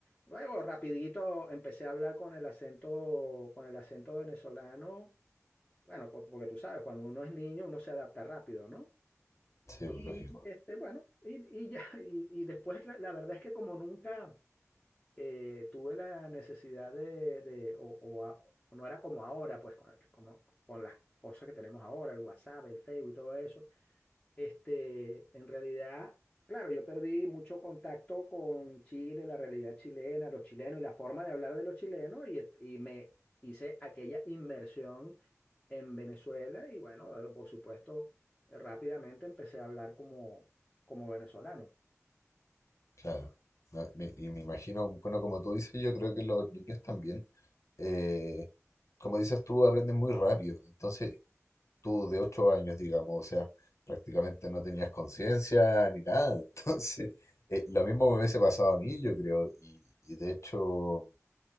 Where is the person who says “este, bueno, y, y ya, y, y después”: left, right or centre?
Left